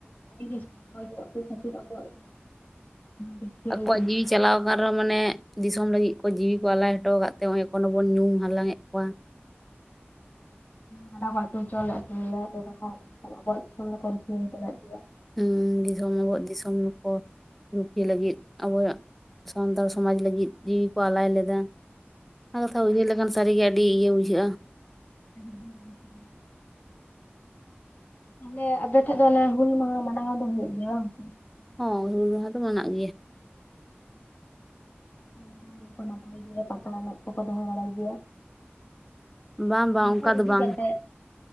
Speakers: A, on the left (about 45°); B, in the centre.
A: ᱟᱰᱤ ᱜᱮ <unintelligible> ᱥᱟᱨᱦᱟᱣ ᱮ ᱦᱳᱭᱳᱜ-ᱟ ᱟᱵᱚ ᱠᱷᱟᱹᱛᱤᱨ ᱟᱵᱚᱣᱟᱜ ᱨᱩᱠᱷᱤᱭᱟᱹᱣ
B: ᱟᱠᱚᱣᱟᱜ
A: ᱟᱠᱟᱱᱟ
B: ᱡᱤᱣᱤᱼᱼ ᱪᱟᱞᱟᱣ ᱟᱠᱟᱱ ᱨᱮᱦᱚᱸ, ᱢᱟᱱᱮ ᱫᱤᱥᱚᱢ ᱞᱟᱹᱜᱤᱫ ᱠᱚ ᱡᱤᱣᱤ ᱠᱚ ᱟᱞᱟᱭ ᱦᱚᱴᱚ ᱟᱠᱟᱫ ᱛᱮ ᱾ ᱱᱚᱜ-ᱚᱭ ᱮᱠᱷᱚᱱ ᱦᱚᱵᱚᱱ ᱧᱩᱢ ᱦᱟᱞᱟᱝ ᱮᱫ ᱠᱚᱣᱟ᱾
A: ᱜᱟᱰᱟ ᱠᱚ ᱟᱹᱛᱩ ᱪᱚᱞᱮᱫ ᱨᱮᱦᱚᱸ᱾ <inaudible> ᱟᱵᱚᱣᱟᱜ ᱫᱤᱥᱚᱢ ᱫᱚᱠᱚ ᱨᱩᱠᱷᱤᱭᱟᱹ ᱦᱚᱴᱚᱞᱮᱫ ᱜᱮᱭᱟ᱾
B: ᱩᱸ, ᱫᱤᱥᱚᱢ ᱟᱵᱚᱣᱟᱜ ᱫᱤᱥᱚᱢ ᱠᱚ ᱨᱩᱠᱷᱤᱭᱟᱹ ᱞᱟᱹᱜᱤᱫ᱾ ᱟᱵᱚᱣᱟᱜᱼᱼ ᱥᱟᱱᱛᱟᱲ ᱥᱚᱢᱟᱡᱽ ᱞᱟᱹᱜᱤᱫ ᱡᱤᱣᱤ ᱠᱚ ᱟᱞᱟᱭ ᱞᱮᱫᱟ᱾ ᱚᱱᱟ ᱠᱟᱛᱷᱟ ᱩᱭᱦᱟᱹᱨ ᱞᱮᱠᱷᱟᱱ ᱥᱟᱹᱨᱤ ᱜᱮ ᱟᱹᱰᱤ ᱤᱭᱟᱹ ᱵᱩᱡᱷᱟᱹᱜ-ᱟ᱾
A: <inaudible> ᱛᱟᱦᱞᱮ ᱟᱯᱮ ᱴᱷᱮᱡ ᱫᱚ ᱚᱱᱮ, ᱦᱩᱞ ᱢᱟᱦᱟ ᱢᱟᱱᱟᱣ ᱫᱚ ᱦᱳᱭᱳᱜ ᱜᱮᱭᱟ ᱵᱟᱝ?
B: ᱦᱚᱸ, ᱦᱩᱞ ᱢᱟᱦᱟ ᱫᱚ ᱢᱟᱱᱟᱜ ᱜᱮᱭᱟ᱾
A: ᱱᱟᱯᱟᱭ ᱜᱮᱭᱟ ᱠᱚ, ᱱᱟᱯᱟᱭ ᱜᱮ ᱯᱟᱛᱟ ᱮᱱᱮᱡᱽ ᱠᱚᱠᱚ ᱫᱚᱦᱚ ᱵᱟᱲᱟᱭ ᱜᱮᱭᱟ᱾
B: ᱵᱟᱝ,
A: ᱩᱱᱠᱩ
B: ᱵᱟᱝ, ᱚᱱᱠᱟ ᱫᱚ
A: ᱤᱫᱤ
B: ᱵᱟᱝ᱾
A: ᱠᱟᱛᱮᱜ